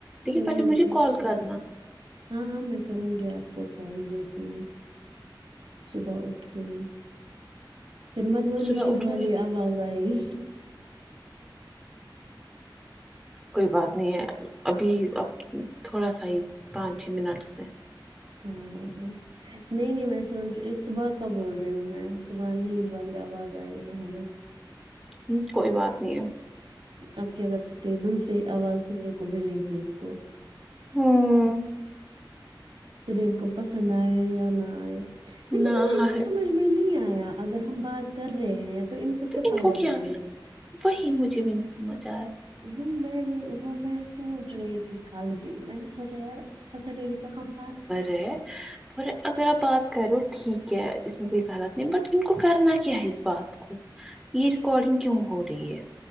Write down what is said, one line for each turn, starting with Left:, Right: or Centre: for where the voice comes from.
Centre: لیکن
Right: ہوں
Centre: پہلے
Right: ہوں
Centre: مجھے
Right: ایک
Centre: کال
Right: ہی
Centre: کرنا
Right: ہاں ہاں میں کروں گی آپ کو کال ضرور صبح اٹھ کے ہی پھر مت وہ
Centre: صبح
Right: نیند
Centre: اٹھو
Right: والی
Centre: گے تو
Right: آواز آئیگی
Centre: کوئی بات نہیں ہے ابھی اب تھوڑا سا ہی پانچ چھ منٹ سے
Right: ھمم نہیں نہیں میں سونچ صبح کا بول رہی ہوں میں صبح نیند والی آواز آئے گی ہمیں
Centre: ھم کوئی بات نہیں ہے
Right: اب کیا کر سکتے دوسری آواز سننے کو ملے گی ان کو
Centre: ہوں
Right: پھر ان کو پسند آئے یا نہ آئے لیکن
Centre: نہ
Right: مجھے اس کا
Centre: ہے
Right: سمجھ میں نہیں آیا اگر ہم بات کر رہے ہیں تو
Centre: تو
Right: کیا
Centre: ان
Right: فائدہ
Centre: کو کیا
Right: ملے
Centre: کیا
Right: گا
Centre: وہی مجھے بھی نہیں سمجھ آ رہا
Right: وہ میں نے وہ میں سونچ رہی تھی کل بھی میں نے سونچا کے یار اگر ان کو ہم بات
Centre: ہیں اور اگر آپ بات کرو ٹھیک ہے اس میں کوئی غلط نہیں بٹ ان کو کرنا کیا ہے اس بات کو یہ ریکارڈنگ کیوں ہو رہی ہے